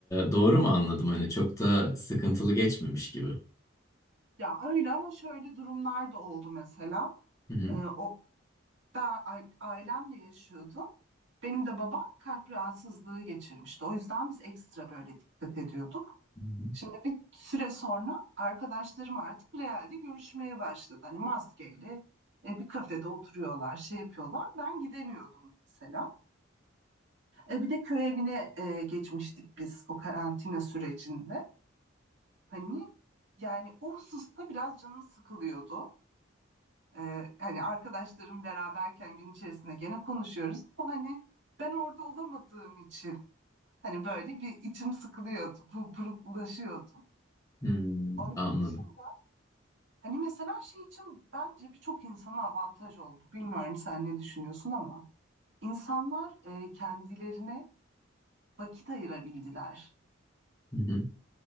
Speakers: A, on the left (about 15°); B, on the right (about 60°).
A: doğru mu anladım? Hani çok da sıkıntılı geçmemiş gibi.
B: Ya öyle ama şöyle durumlar da oldu mesela.
A: Hı
B: Ee, o, ben a- ailemle yaşıyordum. Benim de babam kalp rahatsızlığı geçirmişti. O yüzden biz ekstra böyle dikkat ediyorduk.
A: hı.
B: Şimdi bir süre sonra arkadaşlarım artık realde görüşmeye başladı. Hani maskeyle e, bir kafede oturuyorlar, şey yapıyorlar. Ben gidemiyordum mesela. E, bir de köy evine e, geçmiştik biz o karantina sürecinde. Hani yani o hususta biraz canım sıkılıyordu. E, hani arkadaşlarım beraberken gün içerisinde gene konuşuyoruz ama hani ben orada olamadığım için hani böyle bir içim sıkılıyordu, bu buruklaşıyordu.
A: Hmm,
B: Onun
A: anladım.
B: dışında Hani mesela şey için bence birçok insana avantaj oldu. Bilmiyorum sen ne düşünüyorsun ama insanlar e, kendilerine vakit ayırabildiler.
A: Hı hı.